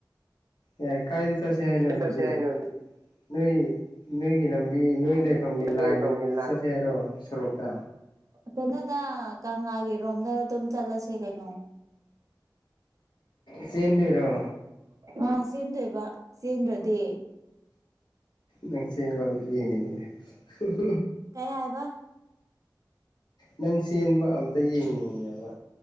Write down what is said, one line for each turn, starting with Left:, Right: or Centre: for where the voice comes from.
Left: ꯌꯥꯏ ꯀꯥꯏꯗ ꯆꯠꯁꯦ ꯍꯥꯏꯅꯣ ꯑꯗꯨꯗꯤ
Right: ꯆꯠꯁꯦ ꯍꯥꯏꯅꯣ
Left: ꯅꯣꯏ ꯅꯣꯏꯒꯤ ꯂꯝ ꯅꯣꯏ
Right: ꯈꯪ
Left: ꯂꯩꯐꯝꯒꯤ
Right: ꯅꯣꯏ
Left: ꯂꯥꯏꯟꯗ
Right: ꯂꯩꯐꯝꯒꯤ
Left: ꯆꯠꯁꯦ ꯍꯥꯏꯔꯣ ꯁꯣꯔꯣꯛꯇ
Right: ꯀꯅꯣꯗ ꯀꯪꯂꯥꯒꯤ ꯔꯣꯝꯗ ꯑꯗꯨꯝ ꯆꯠꯂꯁꯦ ꯀꯩꯅꯣ
Left: ꯆꯦꯟꯗꯣꯏꯔꯣ
Right: ꯉ ꯆꯦꯟꯗꯣꯏꯕ ꯆꯦꯟꯗ꯭ꯔꯗꯤ
Left: ꯅꯪ ꯆꯦꯟꯕ ꯑꯝꯇ ꯌꯦꯡꯅꯤꯡꯉꯤꯅꯦ ꯍ
Right: ꯀꯥꯏ ꯍꯥꯏꯕ
Left: ꯅꯪ ꯆꯦꯟꯕ ꯑꯝꯇ ꯌꯦꯡꯅꯤꯡꯉꯦꯕ